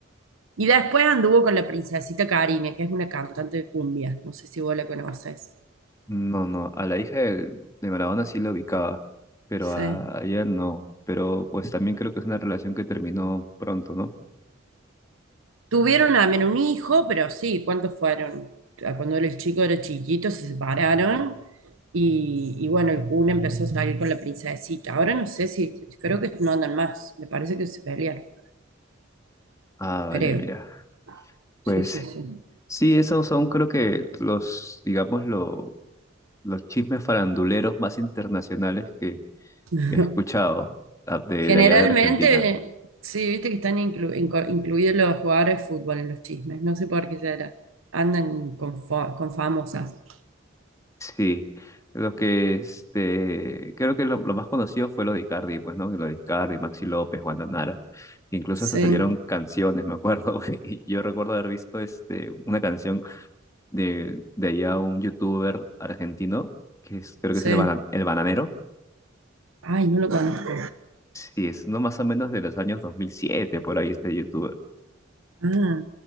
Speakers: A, on the right; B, on the left.
A: Y después anduvo con la princesita Karine, que es una cantante de cumbia. No sé si vos la conoces.
B: No, no, a la hija del- de Maradona sí la ubicaba, pero
A: Sí.
B: a, a ella no. Pero pues también creo que es una relación que terminó pronto, ¿no?
A: Tuvieron también un hijo, pero sí, ¿cuántos fueron? Ah, Cuando era el chico era chiquito, se separaron y, y bueno, el Kun empezó a salir con la princesita. Ahora no sé si, creo que no andan más, me parece que se pelearon,
B: Ah,
A: creo.
B: vale, mira. Pues
A: Sí, sí, sí.
B: sí, esos son creo que los, digamos, lo- los chismes faranduleros más internacionales que,
A: <laughs>
B: que he escuchado ah, de,
A: Generalmente,
B: de allá de Argentina.
A: sí, viste que están inclu- inco- incluidos los jugadores de fútbol en los chismes, no sé por qué será. Andan con, fa- con famosas.
B: Sí, los que este, creo que lo, lo más conocido fue lo de Icardi, pues, ¿no? Lo de Icardi, Maxi López, Wanda Nara. Incluso
A: Sí,
B: hasta salieron canciones, me acuerdo. <laughs> y Yo recuerdo haber visto este, una canción de, de allá un youtuber argentino, que es, creo
A: sí.
B: que es el, Bana- el Bananero.
A: Ay, no lo conozco.
B: Sí, es no más o menos de los años 2007 por ahí este youtuber.
A: Ah,